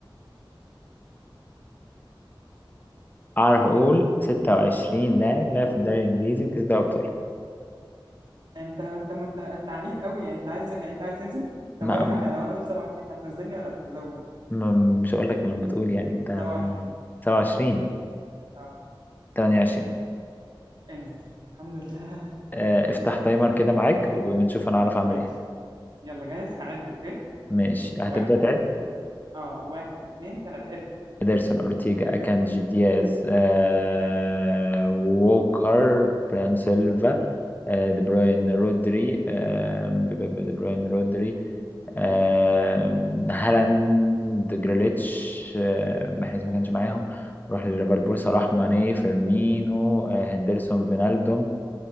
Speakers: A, on the left; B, on the right.
A: أعرف أقول 26
B: انت <laughs>
A: لاعب لعب في الدوري الإنجليزي وكسب دوري الأبطال
B: انت انت انت عنيد قوي يعني انت عايز يعني انت عايز تنزل طب
A: ما
B: اقول لك
A: ما-
B: على حاجه لو انا قلت 27 هتنزلني ولا تزود
A: ما- مش هقول لك لما تقول يعني أنت
B: 27
A: 27
B: اه
A: 28
B: انزل الحمد لله
A: آه، افتح تايمر كده معاك ونشوف أنا
B: <laughs>
A: أعرف أعمل
B: ماشي
A: إيه
B: يلا جاهز هعد اوكي
A: ماشي هتبدأ
B: واحد
A: تعد
B: اه واحد اتنين تلاته ابدا
A: إدرسون أورتيجا أكانجي دياز آه ووكر برام سيلفا آه دي بروين رودري آه ب- ب- دي بروين رودري آه هالاند جريليتش آه محرز ما كانش معاهم روح لليفربول صلاح ماني فيرمينو آه هندرسون فينالدوم